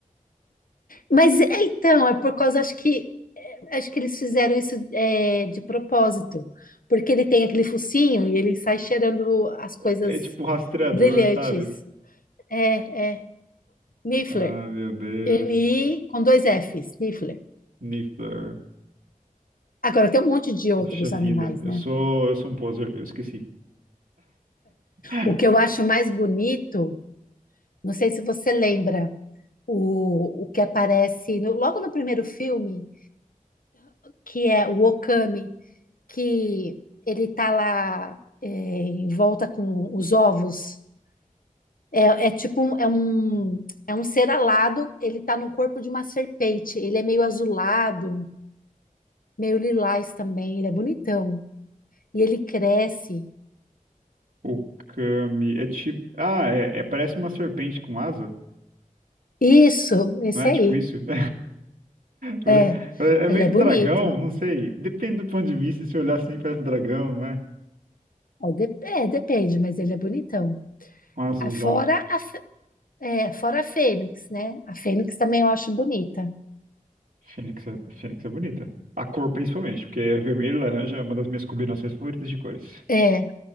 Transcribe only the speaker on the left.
Mas é, então, é por causa, acho que é, acho que eles fizeram isso é, de propósito, porque ele tem aquele focinho e ele sai cheirando as coisas
brilhantes.
É, é, Niffler.
N-I com dois Fs, Niffler.
Agora, tem um monte de outros
animais,
né?
O que eu acho mais bonito, não sei se você lembra, o, o que aparece no- logo no primeiro filme, que é o Okami. que ele tá lá é, em volta com os ovos. É, é tipo um, é um, é um ser alado, ele tá no corpo de uma serpente. Ele é meio azulado, meio lilás também, ele é bonitão. E ele cresce.
Isso, esse
aí.
É,
ele
é
bonito.
É, de- é, depende, mas ele é bonitão.
Ah, Fora a, fe- é, fora a Fênix, né? A Fênix também eu acho bonita.
É,